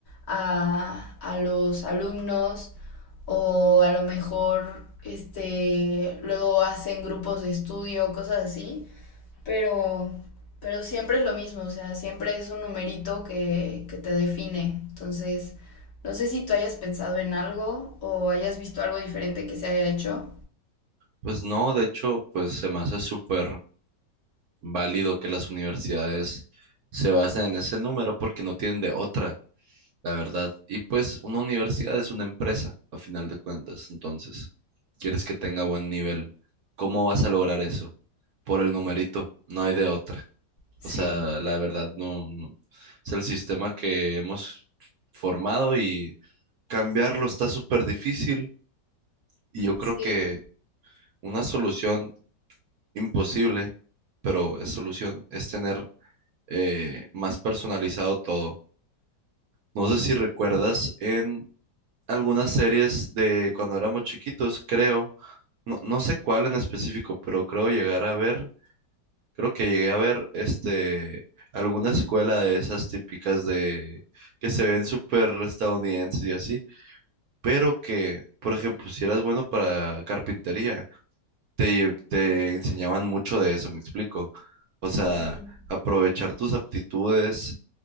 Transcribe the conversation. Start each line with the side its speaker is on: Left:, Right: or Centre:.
Left: a, a los alumnos o a lo mejor este luego hacen grupos de estudio, cosas así, pero pero siempre es lo mismo, o sea, siempre es un numerito que, que te define. Entonces, no sé si tú hayas pensado en algo o hayas visto algo diferente que se haya hecho.
Right: Pues no, de hecho, pues se me hace súper válido que las universidades se basen en ese número porque no tienen de otra. la verdad. Y pues una universidad es una empresa, a final de cuentas. Entonces, quieres que tenga buen nivel. ¿Cómo vas a lograr eso? Por el numerito, no hay de otra.
Left: Sí,
Right: O sea, la verdad no, no- es el sistema que hemos formado y cambiarlo está súper difícil. Y yo creo
Left: sí.
Right: que una solución imposible, pero es solución, es tener eh, más personalizado todo. No sé si recuerdas en algunas series de cuando éramos chiquitos, creo. No, no sé cuál en específico, pero creo llegar a ver, creo que llegué a ver este alguna escuela de esas típicas de que se ven súper estadounidenses y así, pero que, por ejemplo, si eras bueno para carpintería, te, te enseñaban mucho de eso, me explico. O sea,
Left: ujú.
Right: aprovechar tus aptitudes